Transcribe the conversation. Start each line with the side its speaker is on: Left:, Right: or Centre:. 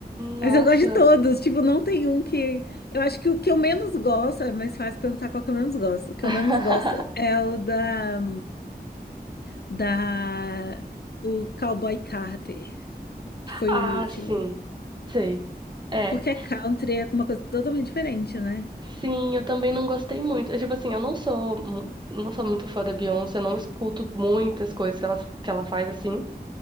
Right: Nossa.
Left: Mas eu gosto de todos, tipo, não tem um que eu acho que o que eu menos gosto, é mais fácil perguntar qual que eu menos gosto. O que
Right: <laughs>
Left: eu menos gosto é o da da o Cowboy Carter, que foi
Right: Ah,
Left: o último.
Right: sim. Sei. É.
Left: Porque country é uma coisa totalmente diferente, né?
Right: Sim, eu também não gostei muito. É, tipo assim, eu não sou, mu- não sou muito fã da Beyoncé, eu não escuto muitas coisas que ela, que ela faz assim.